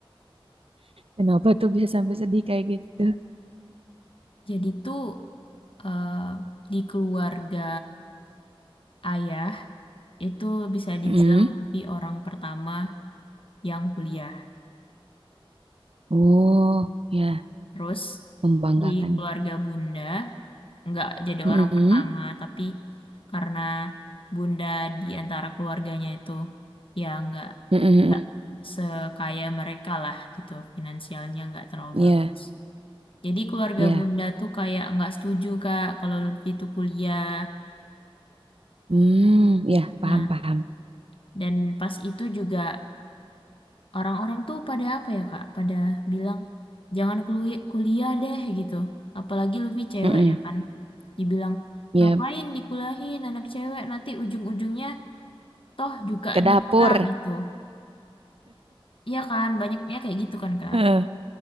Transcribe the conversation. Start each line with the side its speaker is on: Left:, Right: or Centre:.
Right: Kenapa tuh bisa sampai sedih kayak gitu?
Left: Jadi tuh eh, di keluarga ayah itu bisa dibilang
Right: Mm-mm.
Left: lebih orang pertama yang kuliah.
Right: Oh, ya,
Left: Terus
Right: membanggakan.
Left: di keluarga bunda nggak jadi
Right: Mm-mm.
Left: orang pertama, tapi karena bunda di antara keluarganya itu ya nggak
Right: Mm-mm.
Left: nggak sekaya mereka lah gitu, finansialnya nggak terlalu
Right: Ya,
Left: bagus. Jadi keluarga
Right: ya.
Left: bunda tuh kayak nggak setuju Kak kalau Lutfi itu kuliah.
Right: Hmm, ya
Left: Nah,
Right: paham paham.
Left: dan pas itu juga orang-orang tuh pada apa ya Kak? Pada bilang jangan kuli- kuliah deh gitu. Apalagi Lutfi cewek
Right: Mm-mm.
Left: ya kan. Dibilang
Right: Ya
Left: ngapain dikuliahin anak cewek nanti ujung-ujungnya toh juga
Right: ke
Left: nikah
Right: dapur.
Left: gitu. Iya kan, banyaknya kayak gitu kan Kak.
Right: Heeh,